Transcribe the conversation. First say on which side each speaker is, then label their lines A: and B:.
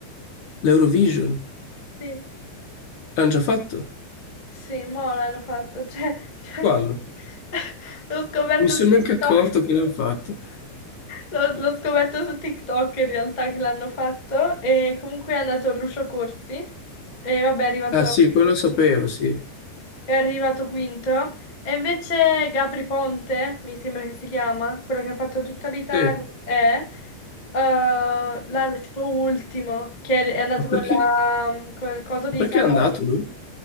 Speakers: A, on the left; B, on the left.
A: L'Eurovision
B: Sì.
A: l'hanno già fatto?
B: Sì, mo l'hanno fatto, cioè, cioè,
A: Quando? Non
B: <laughs> l'ho scoperto
A: mi sono
B: su
A: neanche
B: TikTok,
A: accorto che l'hanno fatto.
B: l'ho l'ho scoperto su TikTok in realtà che l'hanno fatto e comunque è andato Lucio Corsi e vabbè è arrivato,
A: Ah sì, quello sapevo, sì.
B: è arrivato quinto e invece Gabri Ponte, mi sembra che si chiama, quello che ha fatto tutta l'Italia,
A: Sì. eh,
B: è eh, l'ha- tipo ultimo, che è è andato
A: Ma perché,
B: con la, con il coso di
A: ma perché
B: San
A: è andato
B: Marino.
A: lui?